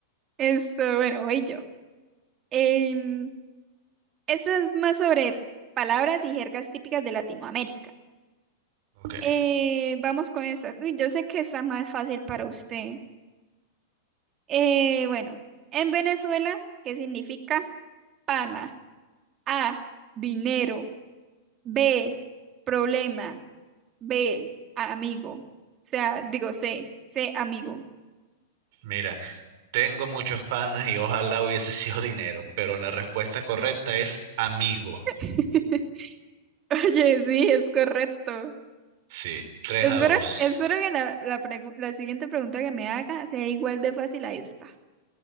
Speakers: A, on the right (about 35°); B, on the right (about 60°).
A: Esto, bueno, voy yo. Em, esto es más sobre palabras y jergas típicas de Latinoamérica.
B: Ok.
A: Eh, vamos con estas. Uy, yo sé que está más fácil para usted. Eh, bueno, en Venezuela, ¿qué significa pana? A, dinero. B, problema. B, amigo. O sea, digo C, C, amigo.
B: Mira, Tengo muchos panas y ojalá hubiese <laughs> sido dinero, pero la respuesta correcta es amigo.
A: <laughs> Oye, sí, es correcto.
B: Sí, 3
A: Espero,
B: a 2.
A: espero que la, la pregu- la siguiente pregunta que me haga sea igual de fácil a esta.